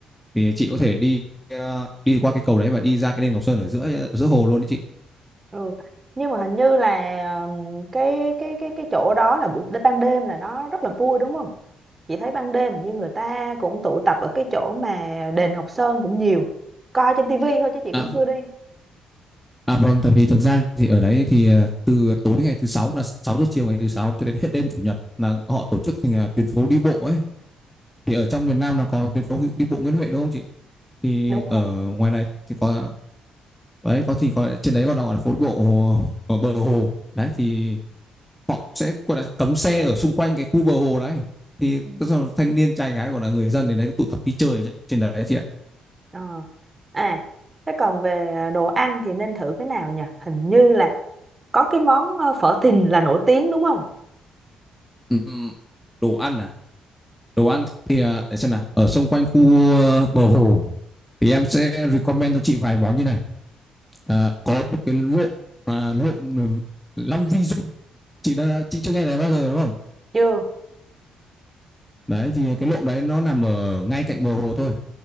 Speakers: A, in the centre; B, on the right.
A: thì chị có thể đi ờ, đi qua cái cầu đấy và đi ra cái đền Ngọc Sơn ở giữa giữa hồ luôn đấy chị
B: Ừ. Nhưng mà hình như là ừm, cái cái cái cái chỗ đó là buổi ban đêm là nó rất là vui đúng không? Chị thấy ban đêm hình như người ta cũng tụ tập ở cái chỗ mà đền Ngọc Sơn cũng nhiều. Coi trên tivi thôi chứ chị cũng
A: à,
B: chưa đi.
A: À vâng, tại vì thực ra thì ở đấy thì ờ, từ tối ngày thứ sáu là 6 giờ chiều ngày thứ sáu cho đến hết đêm chủ nhật là họ tổ chức thành ờ, tuyến phố đi bộ ấy. Thì ở trong miền Nam là có tuyến phố nghi- đi bộ Nguyễn Huệ đúng không chị? Thì
B: Đúng
A: ở
B: rồi.
A: ngoài này thì có đấy có thì có trên đấy còn gọi là phố đi bộ hồ, ở bờ hồ. Đấy thì họ sẽ gọi là cấm xe ở xung quanh cái khu bờ hồ đấy. Thì
B: Ừ.
A: tức là thanh niên trai gái gọi là người dân đến đấy tụ tập đi chơi trên đấy chị ạ.
B: Ờ. À, thế còn về à, đồ ăn thì nên thử cái nào nhỉ? Hình như là có cái món ờ, phở Thìn là nổi tiếng đúng không?
A: Ừ, ừ. đồ ăn à đồ ăn thì à, để xem nào ở xung quanh khu ờ, bờ hồ thì em sẽ recommend cho chị vài món như này à, có một cái lộn à, lộn ừ, Long Vi Dung chị đã chị chưa nghe thấy bao giờ đúng không
B: Chưa.
A: đấy thì cái lộn đấy nó nằm ở ngay cạnh bờ hồ thôi